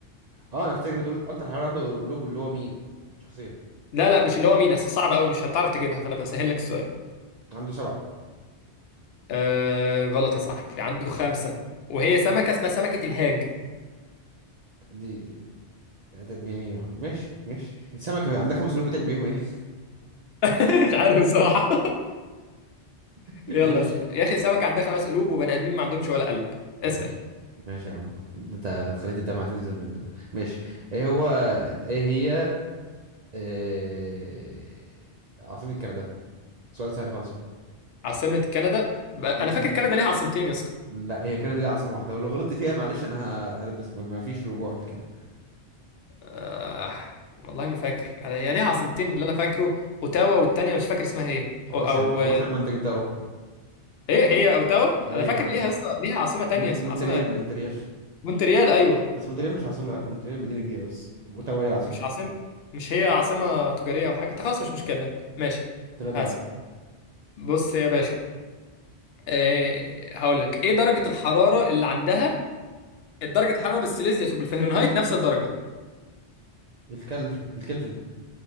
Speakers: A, on the right; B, on the left.
A: اه انا افتكر بتقول اكتر حيوان عنده قلوب اللي هو مين شخصيا
B: لا لا مش اللي هو مين اصل صعب قوي مش هتعرف تجيبها فانا بسهل لك السؤال
A: عنده سبعة
B: آه غلط يا صاحبي عنده خمسة وهي سمكة اسمها سمكة الهاج
A: دي ده يعني ماشي ماشي السمكة عندها خمس قلوب بتعمل بيهم ايه
B: <laughs> مش عارف بصراحة <laughs>
A: <laughs>
B: يلا
A: ماشي
B: اس- يا اخي سمكة عندها خمس قلوب وبني ادمين ما عندهمش ولا قلب اسأل
A: خلاص ماشي يا عم ده انت خليت الدمعة تنزل من ماشي ايه هو ايه هي آه، عاصمة كندا سؤال سهل خالص اهو
B: عاصمة كندا ب- انا
A: ل-
B: فاكر
A: ل-
B: كندا ليها عاصمتين يا اسطى
A: لا هي كانت ليها عاصمة واحدة ولو غلطت فيها معلش انا ه- هلبسك ما ما فيش رجوع في الكلام
B: آه والله ما فاكر أنا- هي ليها عاصمتين اللي انا فاكره اوتاوا والتانية مش فاكر اسمها ايه
A: خلاص
B: او
A: يا عم خلاص يا عم انت جبتها اهو
B: ايه هي اوتاوا
A: ايوه
B: انا فاكر
A: يا عم
B: ليها لسه ليها عاصمه تانية
A: مونت
B: اسمها
A: مونتريال
B: عاصمه
A: مونتريال
B: مونتريال ايوه
A: بس مونتريال مش عاصمة لا مونتريال مدينة كبيرة بس اوتاوا هي العاصمة
B: مش عاصمه مش هي عاصمه تجاريه او حاجه طب خلاص مش مشكله يلا ماشي
A: 3
B: اسف
A: واحد
B: بص يا باشا إيه هقول لك ايه درجه الحراره اللي عندها درجه الحراره بالسيليزيوس وبالفهرنهايت نفس الدرجه
A: الكلفن الكلفن